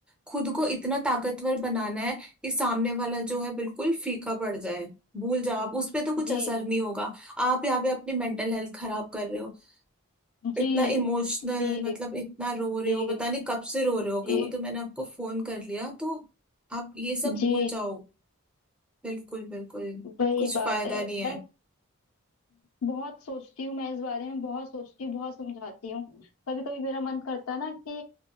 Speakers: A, in the centre; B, on the left (about 75°).
A: खुद को इतना ताकतवर बनाना है कि सामने वाला जो है बिल्कुल फीका पड़ जाए भूल जाओ आप उस पे तो कुछ
B: जी
A: असर नहीं होगा आप यहाँ पे अपनी मेंटल हेल्थ खराब कर रहे हो
B: जी
A: इतना इमोशनल
B: जी
A: मतलब इतना रो रहे
B: जी
A: हो पता नहीं कब से रो रहे
B: जी
A: होगे वो तो मैंने आपको फोन कर लिया तो आप ये सब
B: जी
A: भूल जाओ बिल्कुल बिल्कुल
B: वही
A: कुछ
B: बात
A: फायदा
B: है
A: नहीं है
B: मैं बहुत सोचती हूँ मैं इस बारे में बहुत सोचती हूँ बहुत समझाती हूँ कभी कभी मेरा मन करता है ना कि